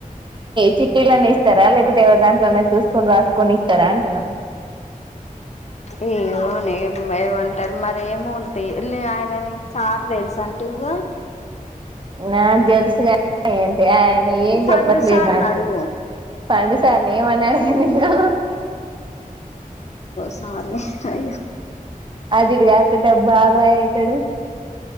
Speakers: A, on the right; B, on the left.
A: చిట్లన్న ఇస్తారా లేకతే ఎవ దాంట్లో అన్నా చూసుకొని రాస్త కొనిస్తారా అంటున్నా
B: ఏను ఏమంటారు మర ఏమ ఉంటే ఆయన నీకు సార్ తెలుస అంటే ఇవకా
A: నా గ తెలుంటి ఆయన ఏం
B: సండు
A: చెప్పట్లేదు
B: సార్ని
A: నాకు
B: అడుగు
A: పండుసార్ని ఏమన్నాడు కానీ నేను
B: సారే అ
A: అజడి కాక్కడ బాబా అవుతాడు